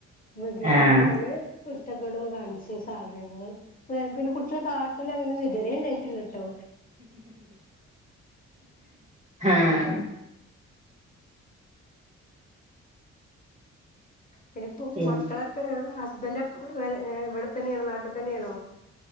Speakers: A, on the left (about 30°); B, on the right (about 20°).
A: വികൃതിത്തനം
B: ആഹ്
A: അങ്ങനെ കുരുത്തക്കെടന്ന് കാണിച്ചു സാധനങ്ങള് പിന്നെ കുട്ടികള് കാട്ടല്ല അങ്ങനെനിതരേ ഇതുവരെഉണ്ടായിട്ടില്ല ട്ടോ
B: ആഹ്‌
A: പിന്നെ ഇപ്പം
B: പിന്നെ
A: മക്കളൊക്കെ ഹസ്ബന്റ് <unintelligible> ഇവിടെ തന്നെയാണേ നാട്ടിൽ തന്നെയാണേ